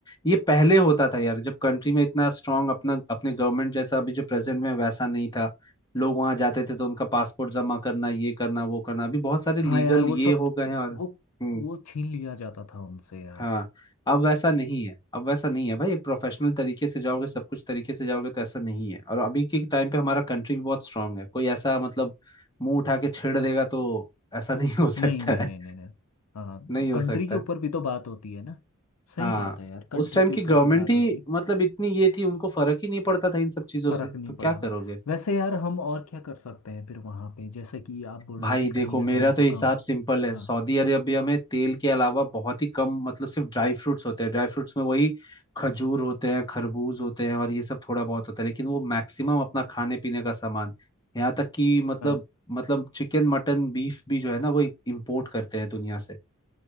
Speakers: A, on the left (about 20°); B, on the left (about 70°).
A: ये पहले होता था यार जब कंट्री में इतना स्ट्रांग अपना अपने गवर्नमेंट जैसा अभी जो प्रेजेंट में वैसा नहीं था लोग वहां जाते थे तो उनका पासपोर्ट जमा करना ये करना वो करना अभी बहुत सारे लीगल
B: हाँ यार वो
A: ये
B: सब
A: हो गए हैं और
B: वो
A: हम्म
B: वो छीन लिया जाता था उनसे यार
A: हाँ अब वैसा नहीं है अब वैसा नहीं है भाई एक प्रोफेशनल तरीके से जाओगे सब कुछ तरीके से जाओगे तो ऐसा नहीं है और अभी के टाइम पे हमारा कंट्री भी बहुत स्ट्रांग है कोई ऐसा मतलब मुंह उठा के छेड़ देगा तो ऐसा <laughs> नहीं हो
B: नहीं
A: सकता
B: नहीं नहीं
A: है
B: नहीं नहीं हाँ
A: नहीं हो
B: कंट्री
A: सकता
B: के ऊपर भी तो बात होती है ना सही
A: हाँ
B: बात है यार कंट्री
A: उस टाइम
B: के
A: की
B: ऊपर
A: गवर्नमेंट
B: भी बात
A: ही
B: होती है
A: मतलब इतनी ये थी उनको फर्क ही नहीं पड़ता था इन सब चीजों
B: फर्क
A: से
B: नहीं
A: तो
B: पड़ा
A: क्या करोगे
B: वैसे यार हम और क्या कर सकते हैं फिर वहाँ पे जैसे कि आप बोल
A: भाई
B: रहे हो कि
A: देखो
B: कहीं ना
A: मेरा
B: कहीं
A: तो
B: तो
A: हिसाब
B: काम
A: सिंपल है
B: हाँ
A: सऊदी अरेबिया में तेल के अलावा बहुत ही कम मतलब सिर्फ ड्राई फ्रूट्स होते हैं ड्राई फ्रूट्स में वही खजूर होते हैं खरबूज होते हैं और ये सब थोड़ा बहुत होता है लेकिन वो मैक्सिमम अपना खाने पीने का सामान यहाँ तक कि मतलब
B: हाँ
A: मतलब चिकन मटन बीफ भी जो है ना वो इम्पोर्ट करते हैं दुनिया से